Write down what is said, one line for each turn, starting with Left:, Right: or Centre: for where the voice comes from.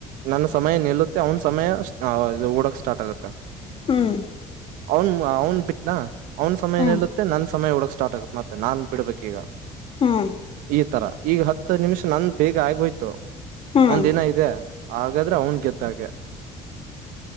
Right: ನಾನ ಸಮಯ ನಿಲ್ಲುತ್ತೆ ಅವ್ನ್ ಸಮಯ ಓಡಕ್ ಸ್ಟಾರ್ಟ್ ಆಗುತ್ತೆ
Left: ಹ್ಮ್
Right: ಅವನ್ ಅವ್ನ್ ಬಿಟ್ಟನಾ ಅವ್ನ ಸಮಯ
Left: ಹ್ಮ್
Right: ನಿಲ್ಲತ್ತೆ ನನ್ ಸಮಯ ಒಡಕ್ ಸ್ಟಾರ್ಟ್ ಆಗತ್ ಮತ್ತೆ ನಾನ್ ಬಿಡ್ಬೇಕಕ್ ಈಗ
Left: ಹ್ಮ್
Right: ಈ ತರ ಈಗ ಹತ್ತು ನಿಮಿಷ ನಂದ ಬೇಗ ಆಗ್ ಹೋಯ್ತು
Left: ಹ್ಮ್
Right: ಅವನ್ ದಿನ ಇದೆ ಹಾಗಾದ್ರೆ ಅವನ್ ಗೆ್ದಾಗೆ